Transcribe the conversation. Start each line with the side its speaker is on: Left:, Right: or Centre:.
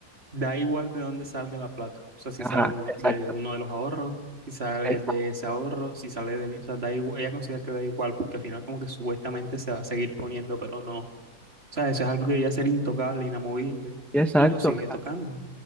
Right: da igual de dónde salga la plata. O sea, si
Centre: Ajá,
Right: sale de, uno
Centre: exacto,
Right: de uno de los ahorros, si sale
Centre: exacto,
Right: de ese ahorro, si sale de mí. O sea, da igual, ella considera que da igual porque al final como que supuestamente se va a seguir poniendo, pero no. O sea, eso es algo que debería ser intocable, inamovible.
Centre: exacto.
Right: Y lo sigue
Centre: o sea,
Right: tocando.